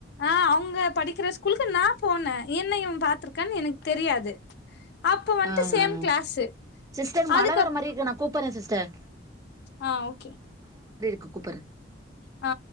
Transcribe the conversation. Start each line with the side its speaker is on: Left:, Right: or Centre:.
Left: ஆ அவங்க படிக்கிற ஸ்கூலுக்கு நான் போன என்னையும் பாத்திருக்கானு எனக்கு தெரியாது அப்ப வந்துட்டு
Right: ஆ
Left: சேம்
Right: ஆ
Left: கிளாஸ்சு
Right: சிஸ்டர்
Left: அதுக்கப்
Right: மழ வர மாரி இருக்கு நா கூப்பிறேன் சிஸ்டர்
Left: ஆ ஓகே
Right: கூ கூப்புறேன்
Left: ஆ